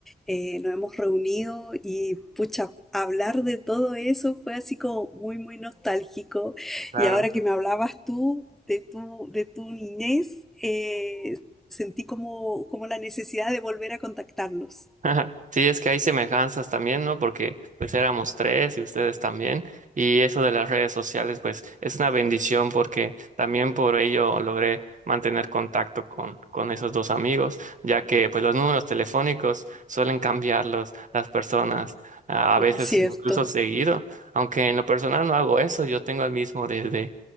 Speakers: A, in the centre; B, on the right.
A: eh, nos hemos reunido y pucha, hablar de todo eso fue así como muy, muy nostálgico.
B: Claro.
A: Y ahora que me hablabas tú de tu, de tu niñez, eh, sentí como, como la necesidad de volver a contactarlos.
B: Ajá. Sí, es que hay semejanzas también, ¿no? Porque pues éramos tres y ustedes también. Y eso de las redes sociales, pues es una bendición porque también por ello logré mantener contacto con, con esos dos amigos, ya que pues los números telefónicos suelen cambiarlos las personas, a a veces
A: Cierto.
B: incluso seguido, aunque en lo personal no hago eso, yo tengo el mismo desde,